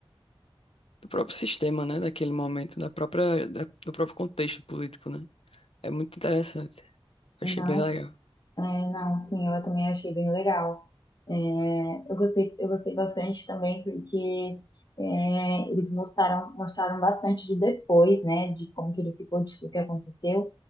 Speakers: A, on the left (about 80°); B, on the left (about 45°).
A: do próprio sistema, né? Daquele momento, da própria, da- do próprio contexto político, né? É muito interessante.
B: Não,
A: Achei bem legal.
B: é, não, sim, eu também achei bem legal. É, eu gostei, eu gostei bastante também porque é, eles mostraram, mostraram bastante do depois, né, de como que ele ficou, de tudo que aconteceu,